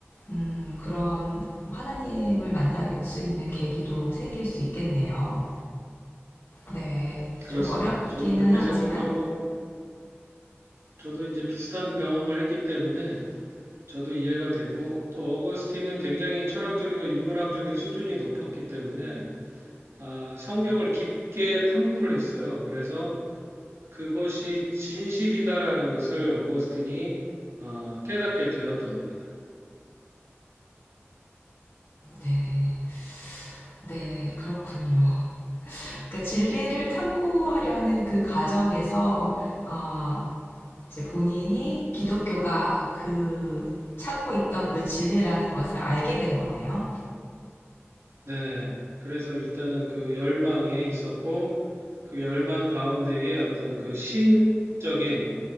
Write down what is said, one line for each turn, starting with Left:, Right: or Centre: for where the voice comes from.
Left: 음, 그런 하나님을 만날 수 있는 계기도 생길 수 있겠네요. 네,
Right: 그렇습니다.
Left: 좀 어렵기는
Right: 저도 그렇게
Left: 하지만,
Right: 생각하고 저도 이제 비슷한 경험을 했기 때문에 저도 이해가 되고 또 어거스틴은 굉장히 철학적이고 인문학적인 수준이 높았기 때문에 아, 성경을 깊게 탐구를 했어요. 그래서 그것이 진실이다라는 것을 어거스틴이 어, 깨닫게 되었던 겁니다.
Left: 네, 네, 그렇군요. 그러니까 진리를 탐구하려는 그 과정에서, 어, 이제 본인이 기독교가 그 찾고 있던 그 진리라는 것을 알게 된 거네요.
Right: 네. 그래서 일단은 그 열망에 있었고 그 열망 가운데에 어떤 그 신적인